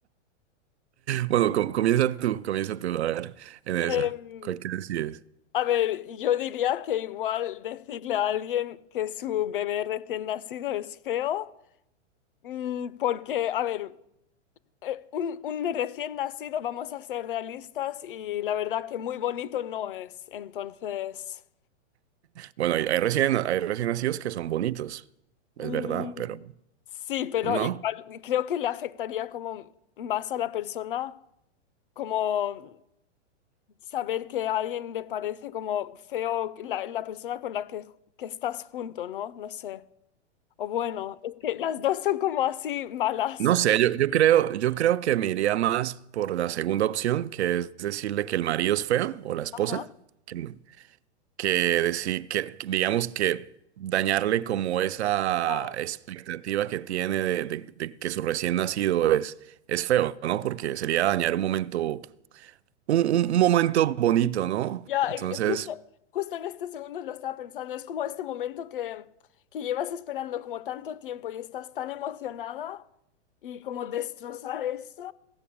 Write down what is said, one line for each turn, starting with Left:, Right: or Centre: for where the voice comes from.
Right: Bueno, com- comienza tú, comienza tú, a ver, en esa.
Left: Em,
Right: ¿Cuál que decides?
Left: a ver, yo diría que igual decirle a alguien que su bebé recién nacido es feo, mm, porque, a ver, eh, un, un recién nacido, vamos a ser realistas, y la verdad que muy bonito no es. Entonces,
Right: Bueno, hay, hay recién, hay recién nacidos que son bonitos,
Left: mm,
Right: es verdad, pero
Left: sí, pero
Right: no.
Left: igual creo que le afectaría como más a la persona, como saber que a alguien le parece como feo la, la persona con la que, que estás junto, ¿no? No sé. O bueno, es que las dos son como así malas.
Right: No sé, yo, yo creo, yo creo que me iría más por la segunda opción, que es decirle que el marido es feo o la esposa,
Left: Ajá.
Right: que, que decir, que que digamos que dañarle como esa
Left: Ya,
Right: expectativa que tiene de, de- de que su recién nacido es, es feo, ¿no? Porque sería dañar un momento, un, un- un momento bonito, ¿no?
Left: Ya,
Right: Entonces,
Left: eh, eh, justo, justo en este segundo lo estaba pensando. Es como este momento que, que llevas esperando como tanto tiempo y estás tan emocionada y como destrozar esto.